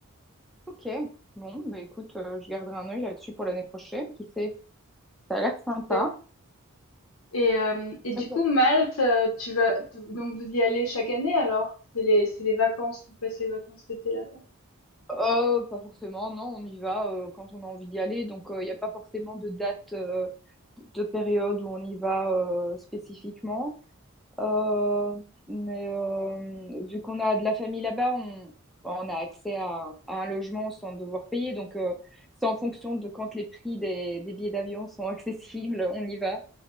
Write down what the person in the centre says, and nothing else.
Ok. Bon, bah écoute, euh, je garderai un œil là-dessus pour l'année prochaine. Qui sait? Ça a l'air sympa.
Ok.
Euh, pas forcément, non, on y va euh, quand on a envie d'y aller. Donc, euh, il n'y a pas forcément de date, euh, de période où on y va euh, spécifiquement. Euh, mais euh, vu qu'on a de la famille là-bas, on, on a accès à, à un logement sans devoir payer. Donc, euh, c'est en fonction de quand les prix des, des billets d'avion sont <laughs> accessibles, on y va.